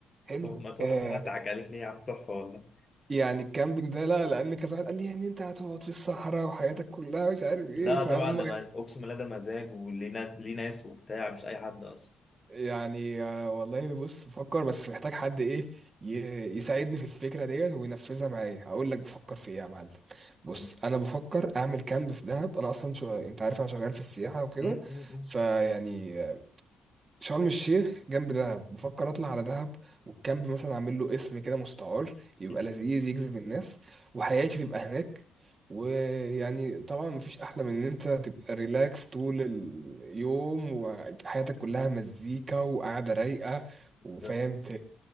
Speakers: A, on the right; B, on the left.
A: حلو
B: هما تحفة
A: آه،
B: هضحك عليك ليه يا عم تحفة والله
A: يعني الكامبينج ده لا لان كذا واحد قال لي يعني انت هتقعد في الصحراء وحياتك كلها مش عارف ايه
B: لا
A: فهم
B: طبعا ده مز... أقسم بالله ده مزاج وليه ناس ليه ناس وبتاع مش أي حد أصلا
A: يعني آه، والله بص بفكر بس محتاج حد ايه ي- يساعدني في الفكره ديت وينفذها معايا اقول لك بفكر في ايه يا معلم بص
B: مم،
A: انا بفكر اعمل كامب في دهب انا اصلا شو انت عارف انا شغال في السياحه وكده
B: مم، مم،
A: فيعني شرم الشيخ جنب دهب بفكر اطلع على دهب والكامب مثلا اعمل له اسم كده مستعار يبقى
B: مم.
A: لذيذ يجذب الناس وحياتي تبقى هناك ويعني طبعا مفيش احلى من ان انت تبقى ريلاكس طول اليوم وحياتك كلها مزيكا وقعده رايقه
B: بالظبط.
A: وفاهم ت-